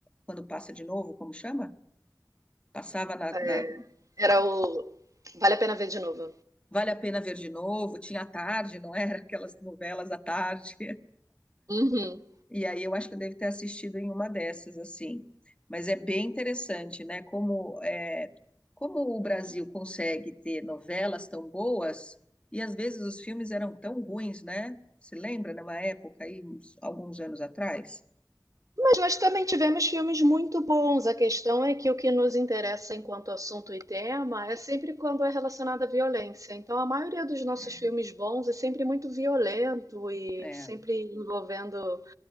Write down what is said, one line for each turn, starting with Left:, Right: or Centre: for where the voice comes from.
Left: quando passa de novo, como chama? Passava na, na-
Right: É, era o Vale a Pena Ver de Novo.
Left: Vale a Pena Ver de Novo, tinha à tarde, não era? <laughs> Aquelas novelas à tarde.
Right: Uhum.
Left: E aí eu acho que eu devo ter assistido em uma dessas, assim. Mas é bem interessante, né? Como, é, como o Brasil consegue ter novelas tão boas e às vezes os filmes eram tão ruins, né? Se lembra numa época aí, uns- alguns anos atrás?
Right: Mas nós também tivemos filmes muito bons. A questão é que o que nos interessa enquanto assunto e tema é sempre quando é relacionado à violência. Então, a maioria dos nossos
Left: É.
Right: filmes bons é sempre muito violento e
Left: é.
Right: sempre envolvendo